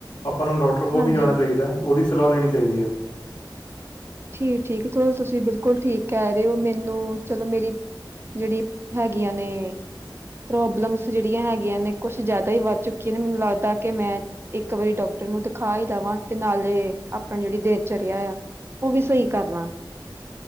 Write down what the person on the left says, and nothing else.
ਆਪਾਂ ਨੂੰ ਡਾਕਟਰ ਕੋਲ
ਵੀ ਜਾਣਾ ਚਾਹੀਦਾ ਉਹਦੀ ਸਲਾਹ ਲੈਣੀ ਚਾਹੀਦੀ ਐ